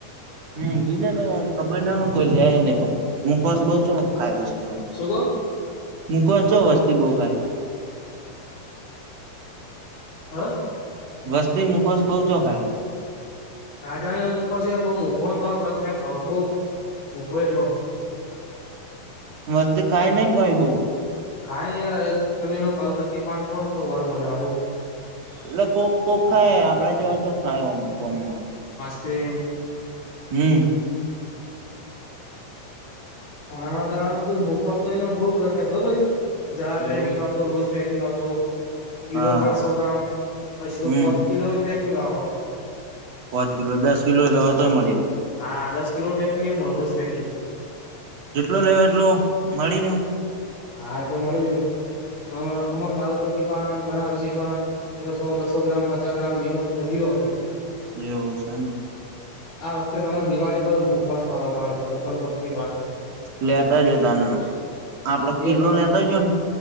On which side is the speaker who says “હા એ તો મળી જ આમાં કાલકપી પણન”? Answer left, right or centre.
Left